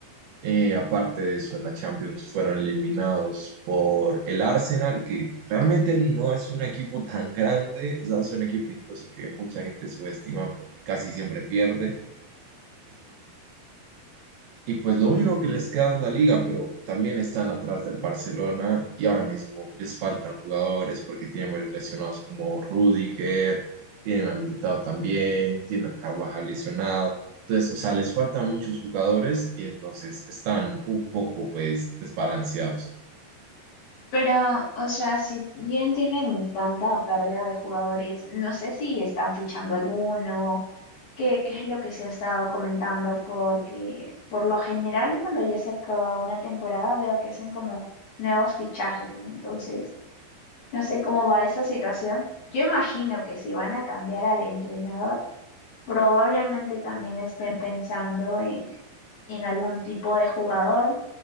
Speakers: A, on the right (about 75°); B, on the left (about 50°).
A: Eh, aparte de eso, en la Champions fueron eliminados por el Arsenal, que realmente no es un equipo tan grande, o sea, es un equipo incluso que mucha gente subestima porque casi siempre pierde. Y pues lo único que les queda es la liga, pero también están atrás del Barcelona y ahora mismo les faltan jugadores porque tienen varios lesionados como Rudiger, tienen a Militao también, tienen a Carvajal lesionado. Entonces, o sea, les faltan muchos jugadores y entonces están un poco pues desbalanceados.
B: Pero, o sea, si bien tienen tanta pérdida de jugadores, no sé si están fichando alguno, qué, qué es lo que se ha estado comentando, porque por lo general cuando ya se acaba una temporada veo que hacen como nuevos fichajes, ¿no? Entonces, no sé cómo va esa situación. Yo imagino que si van a cambiar al entrenador, probablemente también estén pensando en, en algún tipo de jugador.